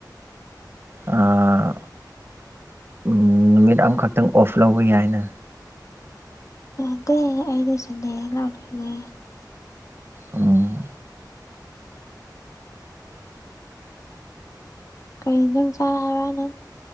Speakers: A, on the right; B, on the left.
A: ꯑꯥ ꯎꯝ ꯅꯨꯃꯤꯠ ꯑꯃꯈꯛꯇꯪ ꯑꯣꯐ ꯂꯧꯕ ꯌꯥꯏꯅ
B: ꯌꯥꯗ ꯑꯩ ꯂꫭꯏꯁꯜꯂꯗꯅ ꯂꯧꯗꫭꯏꯅ
A: ꯎꯝ
B: ꯀꯩ ꯏꯟꯖꯥꯡ ꯆꯥꯔ ꯅꯪ